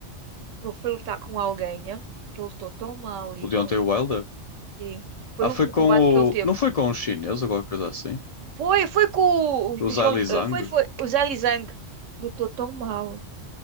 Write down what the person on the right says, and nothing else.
Ele foi lutar com alguém, né? que ele lutou tão mal, Igor.
Sim. Foi
o
último
combate que ele teve.
Foi, foi com o
João,
eh,
foi, foi, o Zé Lizang lutou tão mal.